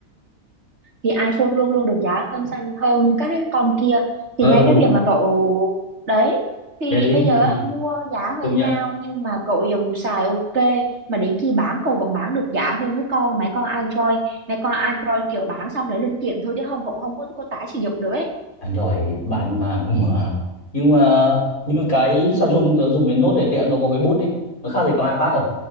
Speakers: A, on the right (about 50°); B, on the left (about 85°).
A: thì iPhone luôn luôn được giá hơn xanh hơn các cái con kia
B: ờ
A: thì ngay
B: đúng
A: cái việc mà cậu đấy thì
B: cái đấy
A: bây
B: thì
A: giờ
B: thì
A: á, mua giá hơi
B: công nhận
A: cao nhưng mà cậu dùng xài ok mà đến khi bán cậu vẫn bán được giá hơn cái con mấy con Android mấy con Android kiểu bán xong lấy linh kiện thôi chứ không cũng không có, có tái sử dụng được ấy
B: Android bán mà đúng mà nhưng mà như cái Samsung tớ dùng cái Note này tiện nó có cái bút đi nó khác gì có iPad đâu